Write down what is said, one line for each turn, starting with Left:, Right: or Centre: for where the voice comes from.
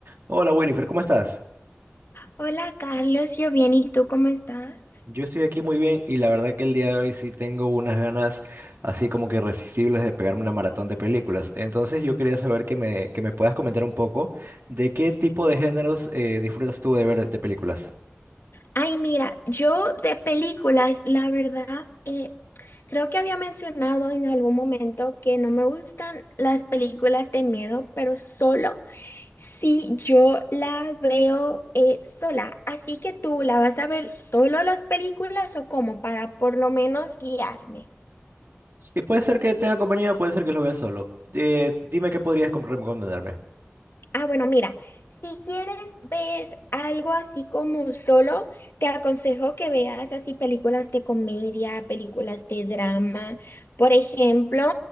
Right: Hola Winifred, ¿cómo estás?
Left: Hola Carlos, yo bien, ¿y tú cómo estás?
Right: Yo estoy aquí muy bien y la verdad que el día de hoy sí tengo unas ganas así como que irresistibles de pegarme una maratón de películas. Entonces yo quería saber que me, que me puedas comentar un poco de qué tipo de géneros eh, disfrutas tú de ver de películas.
Left: Ay, mira, yo de películas, la verdad, eh, creo que había mencionado en algún momento que no me gustan las películas de miedo, pero solo si yo la veo eh, sola. Así que tú, ¿la vas a ver solo las películas o cómo? Para por lo menos guiarme.
Right: Y puede ser que tenga compañía, puede ser que lo vea solo. Eh, dime qué podrías com- recomendarme.
Left: Ah, bueno, mira, si quieres ver algo así como solo, te aconsejo que veas así películas de comedia, películas de drama. Por ejemplo,